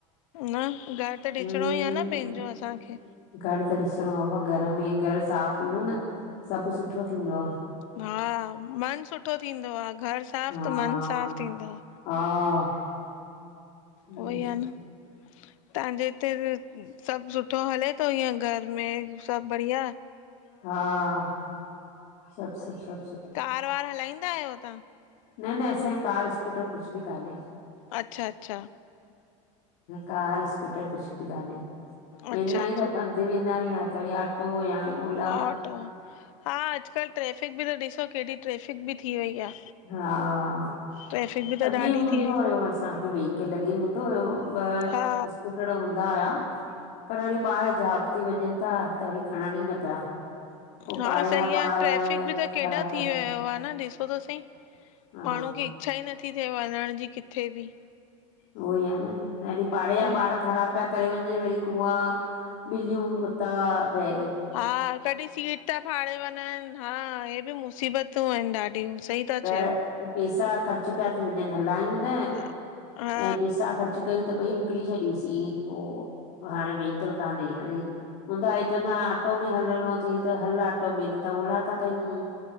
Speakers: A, on the left; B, on the left.
A: न घर त ॾिसणो
B: हम्म
A: ई आ न पंहिंजो असांखे।
B: घर त ॾिसणो आ अबा घर में घरु साफ़ हूंदो आ न सभ सुठो थींदो आ।
A: हा मन सुठो थींदो आ घर साफ़
B: हा
A: त मन साफ़ थींदो आ।
B: हा <unintelligible>
A: उहो ई आहे न तव्हांजे हिते सब सुठो हले थो इअं घर में सब बढ़िया आ?
B: हा सब सूठो
A: कार वार हलाईंदा आहियो तव्हां?
B: न न असांखे कार स्कूटर कुछ भी कान्हे।
A: अच्छा अच्छा
B: कार स्कूटर कुछ भी काने वेंदा
A: अच्छा अच्छा
B: आहियु त पंध वेंदा आहिय या त वरी ऑटो या ओला।
A: ऑटो हा अॼुकल्ह ट्रेफिक बि त ॾिसो केॾी ट्रेफिक बि थी वई आ।
B: हा
A: ट्रैफ़िक बि त
B: अॻे
A: ॾाढी
B: हूंदो
A: थी वई
B: हुयो
A: आ।
B: असांखे वेहीकल अॻे हूंदो हुयो ॿ
A: हा
B: स्कूटर पैरो हूंदा हुया पर वरी ॿार जौब ते वञनि था त वरी खणनि ही न पिया। पोइ
A: हा
B: पाड़े
A: सही
B: जा ॿार
A: आ ट्रेफिक बि त केॾा
B: ख़राब पिया
A: थी
B: कनि
A: वयो आ न ॾिसो त सही।
B: हा
A: माण्हू खे इच्छा ही नथी थिए वञण जी किथे बि।
B: उहो ही आ न यॾी पाड़े जा
A: उहोई
B: ॿार ख़राब पिया करे वञनि वरी कुूआ ॿिलियूं कुत्ता ब
A: हा कॾहिं सीट था फाड़े वञनि हा हहे बि मुसीबतूं आहिनि ॾाढियूं। सही था चयो।
B: त पैसा ख़र्च पिया थी वञनि हलायूं न
A: हा हा
B: ऐं पैसा ख़र्च कयूं त ॿई विकणी छॾियूंसीं पो हाणे वेही मुश्किल काने हाणे हूंदा हे चवंदा ऑटो में हलणो चई त हल आटो में न त ओला था कयूं